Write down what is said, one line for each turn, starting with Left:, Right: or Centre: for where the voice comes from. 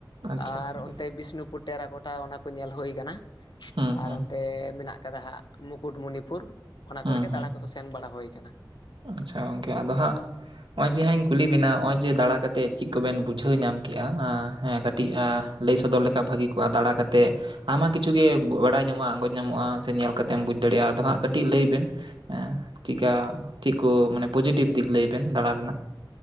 Right: ᱟᱪᱪᱷᱟ
Left: ᱟᱨ
Right: ᱜᱚᱝᱠᱮ
Left: ᱚᱱᱛᱮ ᱵᱤᱥᱱᱩᱯᱩᱨ ᱴᱮᱨᱟ ᱠᱳᱴᱟ ᱚᱱᱟ ᱠᱚ ᱧᱮᱞ ᱦᱩᱭ ᱠᱟᱱᱟ᱾
Right: ᱦᱩᱸ ᱦᱩᱸ
Left: ᱟᱨ ᱚᱱᱛᱮ ᱢᱮᱱᱟᱜ ᱠᱟᱫᱟ ᱦᱟᱸᱜ ᱢᱩᱠᱩᱴᱢᱚᱱᱤᱯᱩᱨ᱾ ᱚᱱᱟ ᱠᱚᱨᱮ
Right: ᱦᱩᱸ
Left: ᱜᱮ
Right: ᱦᱩᱸ
Left: ᱫᱟᱬᱟ ᱠᱚᱫᱚ ᱥᱮᱱ ᱵᱟᱲᱟ ᱦᱳᱭ ᱠᱟᱱᱟ ᱾
Right: ᱟᱪᱪᱷᱟ ᱜᱚᱝᱠᱮ ᱟᱫᱚ ᱦᱟᱸᱜ ᱦᱚᱜᱼᱚᱭ ᱡᱮ ᱦᱟᱸ ᱤᱧ ᱠᱩᱞᱤ ᱵᱤᱱᱟ ᱦᱚᱜᱼᱚᱭ ᱡᱮ ᱫᱟᱬᱟ ᱠᱟᱛᱮᱜ ᱪᱮᱜ ᱠᱚᱵᱤᱱ ᱵᱩᱡᱷᱟᱹᱣ ᱧᱟᱢ ᱠᱮᱜᱼᱟ? ᱦᱮᱸ ᱠᱟᱹᱴᱤᱡ ᱞᱟᱹᱭ ᱥᱚᱫᱚᱨ ᱞᱮᱠᱷᱟᱜ ᱵᱷᱟᱹᱜᱤ ᱠᱚᱜᱼᱟ ᱫᱟᱬᱟ ᱠᱟᱛᱮᱜ? ᱟᱭᱢᱟ ᱠᱤᱪᱷᱩ ᱜᱮ ᱵᱟᱲᱟᱭ ᱧᱟᱢᱚᱜᱼᱟ, ᱟᱸᱜᱚᱡ ᱧᱟᱢᱚᱜᱼᱟ, ᱥᱮ ᱧᱮᱞ ᱠᱟᱛᱮᱢ ᱵᱩᱡᱽ ᱫᱟᱲᱮᱭᱟᱜᱼᱟ ᱟᱫᱚ ᱦᱟᱸᱜ ᱠᱟᱹᱴᱤᱡ ᱞᱟᱹᱭ ᱵᱤᱱ? ᱦᱮᱸ ᱪᱤᱜᱠᱟ ᱪᱮᱜ ᱠᱚ ᱢᱟᱱᱮ ᱯᱚᱡᱮᱴᱤᱵᱷ ᱫᱤᱠ ᱞᱟᱹᱭ ᱵᱮᱱ ᱫᱟᱬᱟ ᱨᱮᱱᱟᱜ?